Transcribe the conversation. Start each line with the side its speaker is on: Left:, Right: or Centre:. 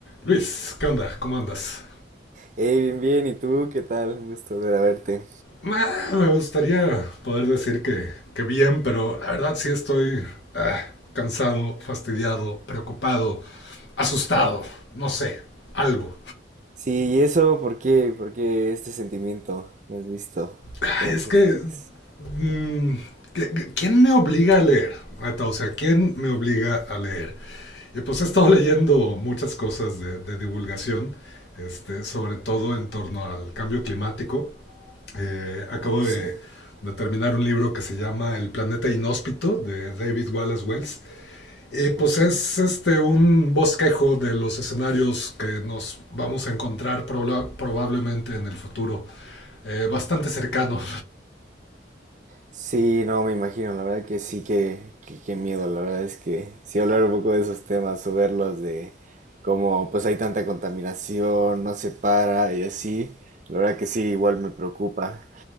Left: Luis, ¿qué onda? ¿Cómo andas?
Right: Hey, bien, bien, ¿y tú qué tal? Un gusto volver a verte.
Left: Ah, me gustaría poder decir que, que bien, pero la verdad sí estoy ah, cansado, fastidiado, preocupado, asustado, no sé, algo.
Right: Sí, ¿y eso por qué? ¿Por qué este sentimiento que has visto?
Left: Ah,
Right: ¿Cómo
Left: es
Right: que
Left: que...
Right: sientes?
Left: mm, ¿qué- qué- ¿Quién me obliga a leer? Neta, o sea, ¿quién me obliga a leer? Y pues he estado leyendo muchas cosas de, de divulgación, este, sobre todo en torno al cambio climático. Eh, acabo
Right: O sea,
Left: de, de, terminar un libro que se llama El planeta inhóspito de David Wallace Wells. Eh, pues
Right: ok.
Left: es este, un bosquejo de los escenarios que nos vamos a encontrar proba probablemente en el futuro. Eh, bastante cercano.
Right: Sí, no, me imagino, la verdad que sí, que, que- qué miedo, la verdad es que sí hablar un poco de esos temas o verlos de cómo pues hay tanta contaminación, no se para y así, la verdad que sí, igual me preocupa.